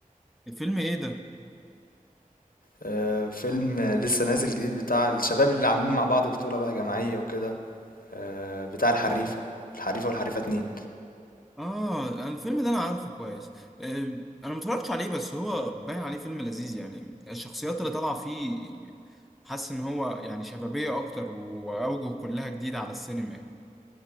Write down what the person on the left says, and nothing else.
آه فيلم لسه نازل جديد بتاع الشباب اللي عاملين مع بعض بطوله بقى جماعيه وكده آه بتاع الحريفه الحريفه والحريفه اتنين